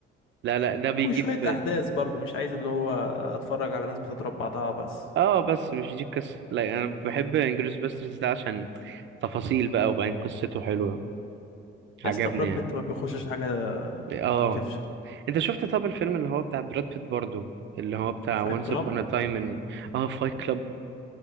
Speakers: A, on the right; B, on the left.
A: لا لا ده بيجيب
B: وشوية احداث برضو مش عايز اللي هو اتفرج على ناس بتضرب بعضها بس
A: اه بس مش دي القصة لا أنا بحب انجلوريوس باستردز ده عشان تفاصيل بقى وبعدين قصته حلوة
B: يا
A: عجبني
B: اسطى براد
A: يعني
B: بيت ما بيخشش حاجة
A: اه
B: وتفشل
A: انت شفت طب الفيلم اللي هو بتاع براد بيت برضو اللي هو بتاع
B: فايت كلاب
A: Once Upon a Time in اه فايت كلاب